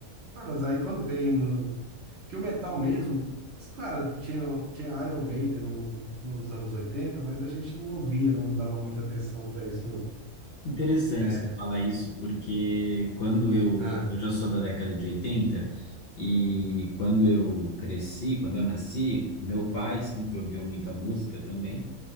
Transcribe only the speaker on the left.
Interessante
você falar isso, porque quando eu,
eu já sou da década de 80 e quando eu cresci, quando eu nasci, meu pai sempre ouviu muita música também,